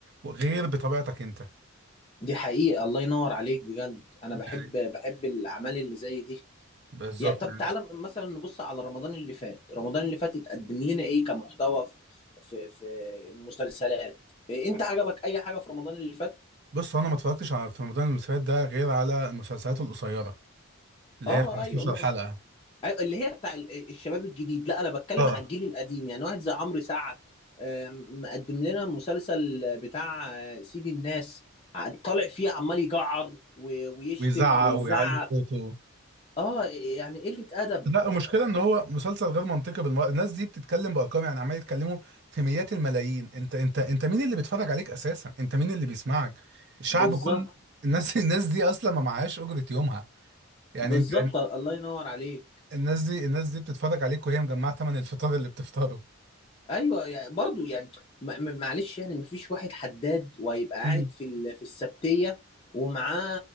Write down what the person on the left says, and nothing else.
دي حقيقه الله ينور عليك بجد انا بحب
بحب الاعمال اللي زي دي
يعني طب
تعالى مثلا نبص على رمضان اللي فات رمضان اللي فات اتقدم لنا ايه كمحتوى في في في مسلسلات إيه انت عجبك اي حاجه في رمضان اللي فات
اه
ايوه
ايوه اللي هي بتاع ال- الشباب الجديد لا انا بتكلم
على الجيل القديم يعني واحد زي عمرو سعد آه، مقدم لنا مسلسل بتاع آه، سيد الناس ع- طالع فيه عمال يجعر و- ويشتم
ويزعق
اه يعني قلة ادب
بس-
بالظبط
بالظبط
الله ينور عليك
ايوه يعني برضو يعني ما- ما- معلش يعني مفيش واحد حداد وهيبقى قاعد
في ال- في السبتيه ومعاه